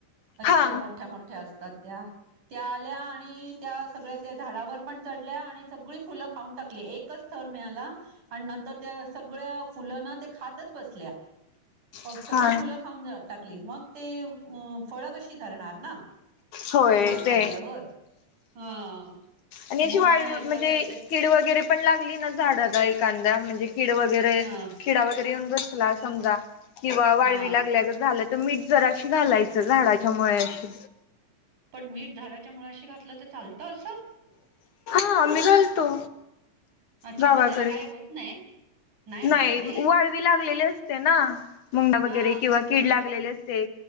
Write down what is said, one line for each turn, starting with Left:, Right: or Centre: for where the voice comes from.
Right: अच्छा
Left: हा
Right: मोठ्या मोठ्या असतांत त्यां त्यां आंल्या आणि त्यां सगळ्यां त्यां झाडांवर पणं चढल्यां आणि सगळीं फुलं खाऊंन टाकले एकचं थरं मिळाला. आणि नंतर त्यां सगळ्यां फुलं नां ते खायचं बसल्यां. हो
Left: हा
Right: सगळीं फुलं खाऊंन टाकली मंग ते फळं कशी धरणांर नां
Left: होय
Right: फुलं खाल्ल्यांवर
Left: ते.
Right: अं
Left: आणि अशी
Right: मंग
Left: वाळवी
Right: एकदाचं
Left: म्हणजे
Right: कायं
Left: कीड वगैरें पणं लागली नां झाडांला एखाद्याच्या म्हणजे कीड वगैरें
Right: हम्मं
Left: खिडा वगैरें येऊंन बसलां समजा किंवा वाळवी
Right: हा
Left: लागल्या झालं तरं मीठ जरं अशी घालायचं झाडांच्या मुळां अशी
Right: पणं मीठ झाडांच्या मुळांशी घातलं तरं चालतं असं.
Left: हां मी घालतो
Right: अच्छा
Left: गावांकडे
Right: मग त्याला काय होत नाही नाही
Left: नाहीं
Right: होत काही
Left: वाळवी लागलेली असते नां मुंडा वगैरें
Right: हा
Left: किंवा कीड लागलेली असते